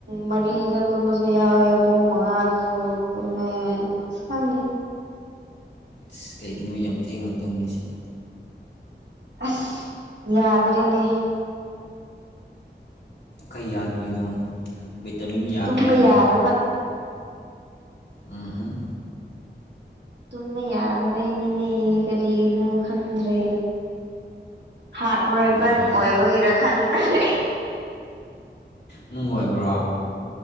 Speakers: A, on the right; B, on the left.
A: ꯃꯔꯤꯗ ꯇꯨꯝꯕꯁꯨ ꯌꯥꯎꯋꯦ ꯄꯨꯡ ꯃꯉꯥꯗ ꯌꯣ ꯇꯨꯝꯃꯦ ꯑꯀ ꯈꯪꯗꯦ
B: ꯑꯁ ꯀꯩꯒꯤꯅꯣ ꯌꯥꯝ ꯊꯦꯡꯅ ꯇꯨꯝꯂꯤꯁꯤꯅ
A: ꯑꯁ ꯌꯥꯗ꯭ꯔꯦꯅꯦ
B: ꯀꯩ ꯌꯥꯗ꯭ꯔꯤꯅꯣ ꯚꯤꯇꯥꯃꯤꯟ ꯌꯥꯗꯕꯒꯤꯔꯣ
A: ꯇꯨꯝꯕ ꯌꯥꯗꯕ
B: ꯑꯨꯝꯍꯨꯝ
A: ꯇꯨꯝꯕ ꯌꯥꯗꯕꯩꯅꯤꯅꯦ ꯀꯔꯤꯒꯤꯅꯣ ꯈꯪꯗ꯭ꯔꯦ ꯍꯥꯔꯠ ꯕ꯭ꯔꯣꯀꯟ
B: ꯚꯤꯇꯥꯃꯤꯟ
A: ꯑꯣꯏꯕꯒꯤꯔ ꯈꯪꯗ꯭ꯔꯦ
B: ꯅꯨꯡ ꯑꯣꯏꯕ꯭ꯔꯣ